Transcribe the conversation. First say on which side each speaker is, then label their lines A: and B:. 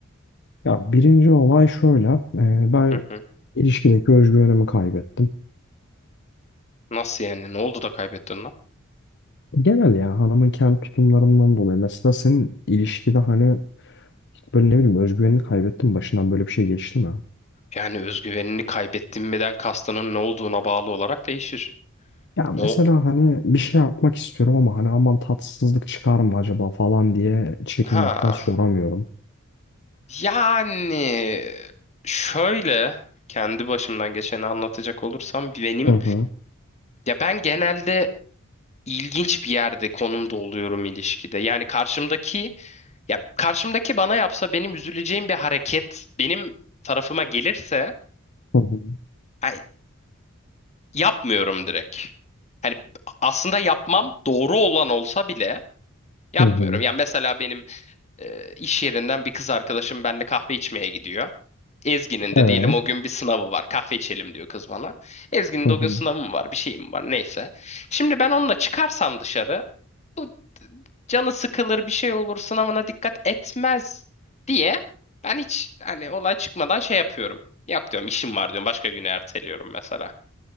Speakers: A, on the left; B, on the left.
A: Ya birinci olay şöyle e, ben
B: Hı hı.
A: ilişkideki özgüvenimi kaybettim.
B: Nasıl yani? Ne oldu da kaybettin lan?
A: Genel ya hanımın kendi tutumlarından dolayı. Mesela senin ilişkide hani böyle ne bileyim özgüvenini kaybettin mi? başından böyle bir şey geçti mi?
B: Yani özgüvenini kaybettin miden kastının ne olduğuna bağlı olarak değişir.
A: Ya mesela
B: No.
A: hani bir şey yapmak istiyorum ama hani aman tatsızlık çıkar mı acaba falan diye çekinmekten
B: Ha.
A: soramıyorum.
B: Yani şöyle kendi başımdan geçeni anlatacak olursam benim
A: Hı hı.
B: ya ben genelde ilginç bir yerde konumda oluyorum ilişkide. Yani karşımdaki ya karşımdaki bana yapsa benim üzüleceğim bir hareket benim tarafıma gelirse
A: Hı hı.
B: ay, yapmıyorum direkt. Hani aslında yapmam doğru olan olsa bile yapmıyorum.
A: Hı hı.
B: Yani mesela benim e, iş yerinden bir kız arkadaşım benimle kahve içmeye gidiyor. Ezgi'nin de
A: Evet.
B: diyelim o gün bir sınavı var. Kahve içelim diyor kız bana. Ezgi'nin
A: Hı
B: de
A: hı.
B: o gün sınavı mı var, bir şeyim var neyse. Şimdi ben onunla çıkarsam dışarı bu canı sıkılır bir şey olur sınavına dikkat etmez diye ben hiç hani olay çıkmadan şey yapıyorum. Yok diyorum işim var diyorum başka güne erteliyorum mesela.